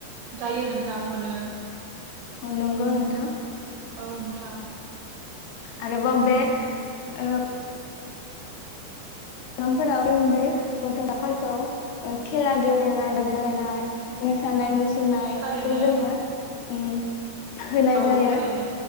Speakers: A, on the right (about 80°); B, on the left (about 80°).
A: जायो नोंथां मोनो
B: औ नंगौ नोंथां।
A: औ नोंथां
B: आरो <unintelligible> ओ दामफोराव उन्दै उन्दै गथ'साफोरखौ खेला गेलेनाय बादायलायनाय मोसानाय मुसुरनाय
A: थारैनो
B: सुनायखौ जोङो ओम होनाय
A: औ
B: जायो
A: थारैनो